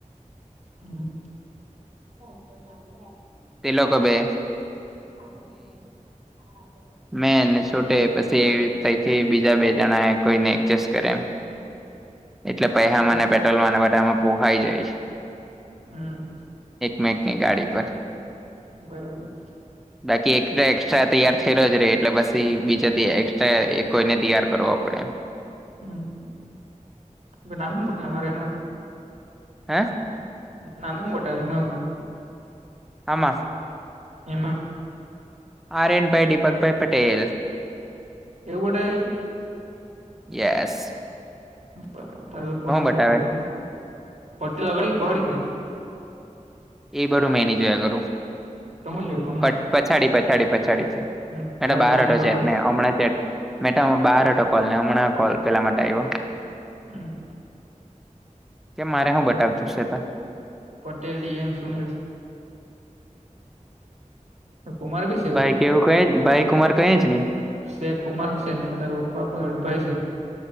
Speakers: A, on the right; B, in the centre.
A: <inaudible>
B: તે
A: <inaudible>
B: લોકો બે મેં ને છૂટે પછી તઈથી બીજા બે જણા કોઈને એડજસ્ટ કરે એમ એટલે પૈહામા
A: બરાબર
B: ને પેટ્રોલમા ને બધામાં પોહાઈ જાય છે.
A: હમ્મ
B: મેકની ગાડી પર
A: બરાબર
B: બાકી એક તો એક્સ્ટ્રા તૈયાર થયેલો જ રે એટલે પસી બીજા તો એક્સ્ટ્રા કોઈને તિયાર કરોવો પડે એમ
A: હમ્મ તો નામ હુ તમારે એમાં
B: હે
A: નામ હું બતાવે <unintelligible>
B: હામાં?
A: એમાં
B: આર્યનભાઈ દીપકભાઈ પટેલ
A: એવુ બતાવે કે
B: યેશ
A: બરાબર તારુ પૂણામાં
B: બતાવે
A: જ બતાવતું સે પટેલ લગાડી કે પહાડી સે
B: એ બધું મેં ની જોયા કરું.
A: તમ હુ જોયુ હમણાં
B: પટ- પછાડી પછાડી પછાડી એટલે
A: હમ
B: મેતો
A: તારે
B: બાર
A: સરનેમ
B: હતો
A: અગાડ્યું
B: જેટ ને
A: છે
B: હમણાં મેતો બહાર હતો કોલ હમણાં કોલ પેલા માટે આઈવો.
A: હમ્મ
B: કેમ મારે હું બતાવતું સેતો
A: પટેલ દિયાંગ સુનિલ કુમાર બી છે એવું
B: ભાઈ
A: તો
B: કેવું કઈ જ ભાઈ કુમાર કઈ જ ની
A: શે કુમારશે ને તારો પપ્પા પર ભાઈ છે.